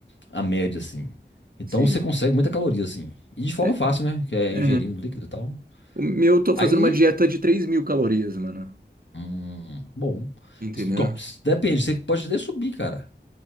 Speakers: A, on the left; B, on the right.
A: a média, assim. Então
B: Sim.
A: você consegue muita caloria, assim. E de forma
B: É,
A: fácil, né? Que é
B: é,
A: ingerindo líquido e tal.
B: o meu, eu tô
A: Aí,
B: fazendo uma dieta de três mil calorias, mano.
A: hum, bom.
B: Entendeu?
A: Isso- igual, Depende, você pode até subir, cara.